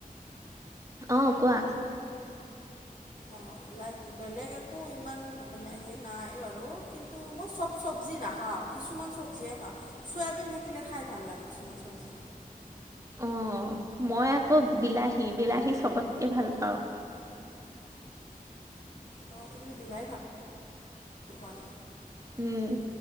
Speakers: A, on the right; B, on the left.
A: অ', কোৱা?
B: অ', লাইক বেলেগ একো ইমান মানে সেই নাই বাৰু কিন্তু মই চব চবজি নাখাওঁ। কিছুমান চব্জিয়ে খাওঁ, চয়াবিন থাকিলে খাই ভাল লাগে কিছুমান চব্জি।
A: অ', মই আকৌ বিলাহী বিলাহী চবতকে ভাল পাওঁ।
B: অ', তুমি বিলাহ ভাল পোৱা
A: উম,